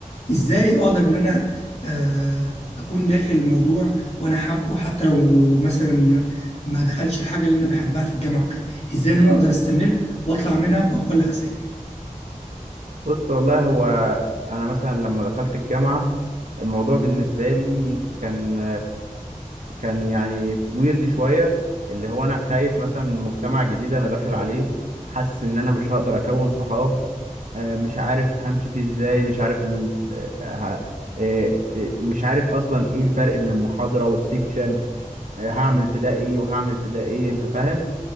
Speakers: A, on the left; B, on the right.
A: ازاي اقدر ان انا آه، اكون داخل الموضوع وانا حابه حتى لو مثلا ما دخلش الحاجة اللي انا بحبها في الجامعة وكده ازاي ان انا اقدر استمر واطلع منها بأقل خسائر
B: بص والله هو انا مثلا لما دخلت الجامعه الموضوع بالنسبه لي كان كان يعني ويرد شويه اللي هو انا خايف مثلا من مجتمع جديد انا داخل عليه حاسس ان انا مش هقدر اكون صحاب آه، مش عارف همشي فيه ازاي مش عارف ال... آه، ه- آه، آه، مش عارف اصلا ايه الفرق بين المحاضره والسيكشن آه، هعمل في ده ايه وهعمل في ده ايه انت فاهم